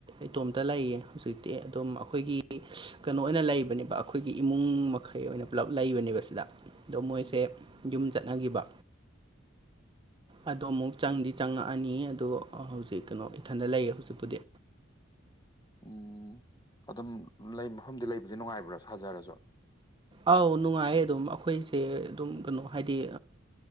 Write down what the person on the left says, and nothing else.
ꯎꯝ
ꯎꯝ ꯑꯗꯨꯝ ꯂꯩ ꯃꯐꯝꯗꯤ ꯂꯩꯕꯁ ꯅꯨꯡꯉꯥꯏꯕ꯭ꯔꯥ ꯁꯥꯖꯔꯁꯨ